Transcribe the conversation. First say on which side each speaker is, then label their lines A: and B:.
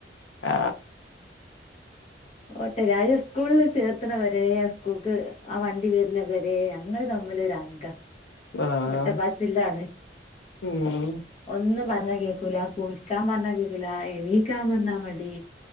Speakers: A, on the left (about 80°); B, on the left (about 35°).
A: ആ
B: ഓട്ടെ രാവിലെ സ്കൂളിൽ ചേർത്തണവരെ ആ സ്കൂൾക്ക് ആ വണ്ടി വരുന്നവരെ ഞങ്ങള് തമ്മിലൊര അംഗ
A: ആഹ്
B: ഓട്ടപ്പാച്ചില്ലാണ്
A: ഉം
B: ഒന്ന് പറഞ്ഞ കേക്കൂല കുളിക്കാൻ പറഞ്ഞ കേൾക്കൂല എണീക്കാൻ പറഞ്ഞ മടി